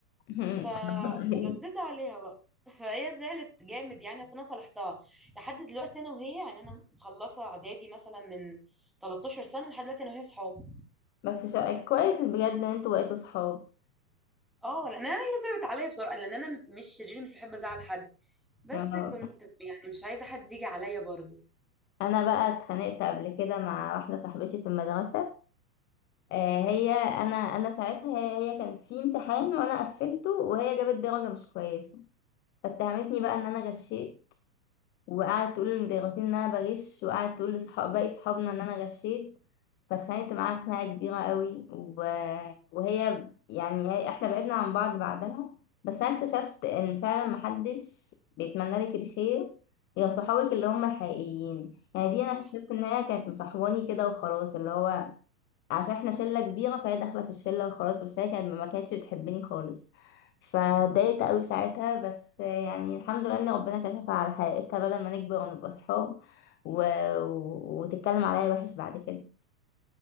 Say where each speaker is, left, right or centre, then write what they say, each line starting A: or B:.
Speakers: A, on the left (about 25°); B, in the centre.
A: هي.
B: فرديت عليها بقى فهي زعلت جامد يعني بس انا صالحتها لحد دلوقتي انا وهي يعني انا مخلصه اعدادي مثلا من 13 سنه لحد دلوقتي انا وهي صحاب
A: بس شا... كويس بجد ان انتوا بقيتوا صحاب
B: اه لان انا هي صعبت عليا بصراحه لان انا مش شرير مش بحب ازعل حد بس
A: آه.
B: كنت يعني مش عايزه حد يجي عليا برضه
A: انا بقى اتخانقت قبل كده مع واحده صاحبتي في المدرسه
B: مم،
A: آه هي انا انا ساعتها هي هي كان في امتحان وانا قفلته وهي جابت درجه مش كويسه فاتهمتني بقى ان انا غشيت وقعدت تقول للمدرسين ان انا بغش وقعدت تقول لصحاب باقي صحابنا ان انا غشيت فاتخانقت معاها خناقه كبيره قوي و... وهي يعني هي- احنا بعدنا عن بعض بعدها بس انا اكتشفت ان فعلا محدش بيتمنى لك الخير غير صحابك اللي هم الحقيقيين يعني دي
B: صح
A: انا اكتشفت ان هي كانت مصاحباني كده وخلاص اللي هو عشان احنا شله كبيره فهي داخله في الشله وخلاص بس هي كانت ما كانتش بتحبني خالص فاتضايقت قوي ساعتها بس يعني الحمد لله ان ربنا كشفها على حقيقتها بدل ما نكبر ونبقى صحاب و... و... وتتكلم عليا وحش بعد كده